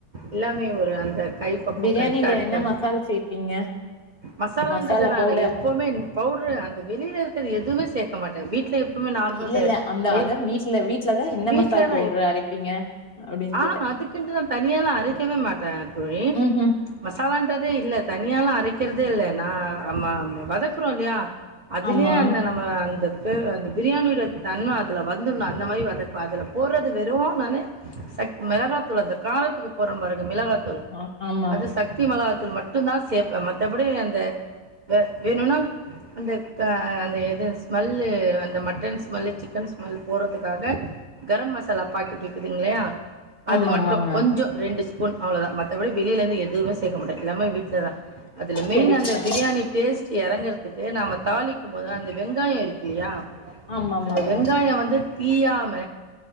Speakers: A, on the right (about 40°); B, on the left (about 35°).
A: எல்லாமே ஒரு அந்த கை
B: பிரியாணில
A: கரெக்டா இருக்கு
B: என்ன
A: அப்படி
B: மசால் சேர்ப்பீங்க?
A: மசாலான்றதுனால
B: மசாலா பவுடர்.
A: எப் எப்பவுமே பவுடரு அந்த வெளியில இருக்கிறது எதுமே சேக்க மாட்டே வீட் ட்ல எப்பவுமே நார்மலா
B: இல்ல,
A: செய்
B: இல்ல. அந்த அதான் வீட்ல வீட்ல தான் என்ன
A: வீட்லதா
B: மசால் பவுடர் அரைப்பீங்க? அப்படின்னு
A: ஆ
B: கேட்டேன்.
A: அதுக்குன்ட்டு நா தனியா எல்லா அரைக்கவே மாட்டே தோழி
B: ம்ஹ்ம்.
A: மசாலன்றதே இல்ல தனியாலா அரைக்கிறதே இல்ல நாம் வதக்குறோ இல்லயா அதுலே
B: ஆமா.
A: அந்த நம் அந்த அந்த பிரியாணியோட தன்மை அதுல வந்துட்ணு அந்த மாதிரி வதக்கனு அதுல போடுறது வெறு நானு சக் மிளகாத்தூள் அந்த காரத்துக்கு போடுறோ பாருங்க மிளகாத்தூள்
B: அ ஆம்
A: அது சக்தி மிளகாத்தூள் மட்டுந்தா சேப்பே மத்தபடி அந்த வே வேணுனா அந்த அந்த எது ஸ்மெல்லு அந்த மட்டன் ஸ்மெல்லு சிக்கன் ஸ்மெல் போறதுக்காக கரம் மசாலா பாக்கெட்டு இருக்குதுங்ளையா
B: ஆமாமாங்க.
A: அது மட்டும் கொஞ்சோ ரெண்டு ஸ்பூன் அவ்ளவுதா மத்தபடி வெளியில இருந்து எதுவுமே சேக்க மாட்டே எல்லாமே வீட்டுலதா அதுல மெயின்
B: சரி,
A: அந்த
B: சரி.
A: பிரியாணி டேஸ்ட் இறங்கறதுக்கு நாம தாளிக்கும் போது அந்த வெங்காயோ இருக் இல்லையா
B: ஆமாமாங்க.
A: அந்த வெங்காயோ வந்து தீயாம